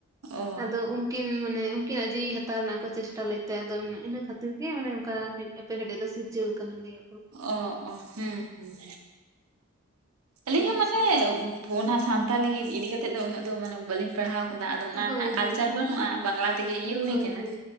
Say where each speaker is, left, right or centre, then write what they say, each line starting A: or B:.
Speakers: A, on the right; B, on the right.
A: ᱚ
B: ᱟᱫᱚ ᱩᱱ ᱩᱱᱠᱤᱱ ᱢᱟᱱᱮ ᱩᱱᱠᱤᱱᱟᱜ ᱡᱤᱣᱤ ᱦᱟᱛᱟᱣ ᱨᱮᱱᱟᱜ ᱠᱚ ᱪᱮᱥᱴᱟ ᱞᱮᱫ ᱛᱮ ᱟᱫᱚ ᱤᱱᱟ ᱠᱷᱟᱹᱛᱤᱨ ᱜᱮ ᱢᱟᱱᱮ ᱚᱱᱠᱟ ᱮᱯᱮᱨᱦᱮᱰᱮ ᱫᱚ ᱥᱤᱨᱡᱟᱹᱣ ᱟᱠᱟᱱ ᱞᱟᱹᱭᱟᱠᱚ
A: ᱚ ᱚ ᱦᱮᱸ ᱦᱮᱸ ᱟᱹᱞᱤᱧ
B: ᱟᱪᱪᱷᱟ
A: ᱦᱚᱸ ᱢᱟᱱᱮ ᱚᱱᱟ ᱥᱟᱱᱛᱟᱞᱤ ᱤᱫᱤ ᱠᱟᱛᱮᱜ ᱫᱚ ᱩᱱᱟᱹᱜ ᱫᱚ ᱢᱟᱱᱮ ᱵᱟᱹᱞᱤᱧ ᱯᱟᱲᱦᱟᱣ ᱠᱟᱫᱟ᱾ ᱟᱫᱚ ᱚᱱᱟ
B: ᱦᱳᱭ
A: ᱨᱮᱱᱟᱜ ᱠᱟᱞᱪᱟᱨ
B: ᱦᱳᱭ
A: ᱵᱟᱹᱱᱩᱜᱼᱟ ᱵᱟᱝᱞᱟ ᱛᱮᱜᱮ ᱤᱭᱟᱹ ᱦᱩᱭ
B: ᱦᱳᱭ
A: ᱟᱠᱟᱱᱟ᱾
B: ᱦᱳᱭ